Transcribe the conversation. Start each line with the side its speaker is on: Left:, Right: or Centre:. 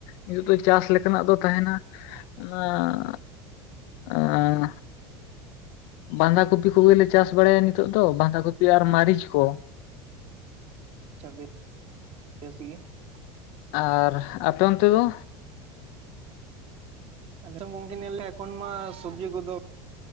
Left: ᱱᱤᱛᱚᱜ ᱫᱚ ᱪᱟᱥ ᱞᱮᱠᱟᱱᱟᱜ ᱫᱚ ᱛᱟᱦᱮᱱᱟ ᱟᱸ ᱟᱸᱻ ᱵᱟᱸᱫᱷᱟ ᱠᱚᱯᱤ ᱠᱚᱜᱮ ᱞᱮ ᱪᱟᱥ ᱵᱟᱲᱟᱭᱟ ᱱᱤᱛᱚᱜ ᱫᱚ ᱵᱟᱸᱫᱷᱟ ᱠᱚᱯᱤ, ᱟᱨ ᱢᱟᱹᱨᱤᱪ ᱠᱚ ᱾
Right: ᱪᱷᱟᱵᱤ, ᱵᱮᱥ ᱜᱮᱭᱟ ᱾
Left: ᱟᱨ ᱟᱯᱮ ᱚᱱᱛᱮ ᱫᱚ?
Right: <unintelligible> ᱜᱚᱝᱠᱮ ᱧᱮᱞ ᱞᱮ ᱮᱠᱷᱚᱱ ᱢᱟ ᱥᱚᱵᱽᱡᱤ ᱠᱚᱫᱚ